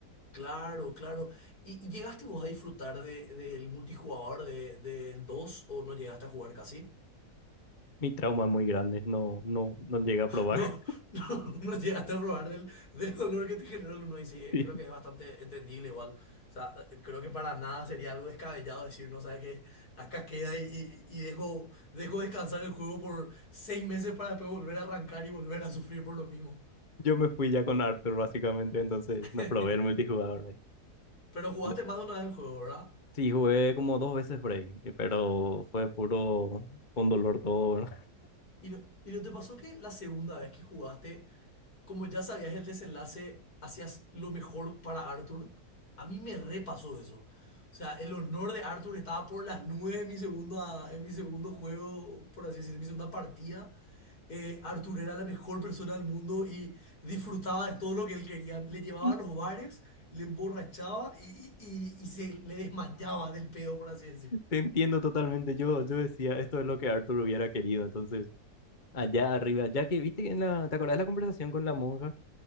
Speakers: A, on the left; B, on the left.
A: claro, claro. ¿Y, y llegaste vos a disfrutar de- del multijugador de- del 2 o no llegaste a jugar casi?
B: Mi trauma es muy grande, no, no, no llega a probar.
A: No, <laughs> no, no llegaste a probar del, del dolor que te generó el 1 y sí, eh,
B: <laughs>
A: creo que es bastante entendible igual. O sea, creo que para nada sería algo descabellado decir, no sabes qué, acá queda y, y- y dejo, dejo descansar el juego por seis meses para después volver a arrancar y volver a sufrir por lo mismo.
B: Yo me fui ya con Arthur, básicamente, entonces
A: <laughs>
B: no probé el multijugador. ahí.
A: Pero jugaste
B: Le-
A: más de una vez el juego, ¿verdad?
B: Sí, jugué como dos veces por ahí, eh, pero fue puro con dolor todo, ¿no?
A: ¿Y no, y no te pasó que la segunda vez que jugaste, como ya sabías el desenlace, hacías lo mejor para Arthur? A mí me repasó eso. O sea, el honor de Arthur estaba por las nubes en mi segunda, en mi segundo juego, por así decirlo, en mi segunda partida. Eh, Arthur era la mejor persona del mundo y disfrutaba de todo lo que él quería. Le llevaba
B: <laughs>
A: a los bares, le emborrachaba y, y y se le desmayaba del pedo, por así decir.
B: Te entiendo totalmente. Yo, yo decía, esto es lo que Arthur hubiera querido. Entonces, allá arriba, ya que viste que en la, ¿te acordás de la conversación con la monja?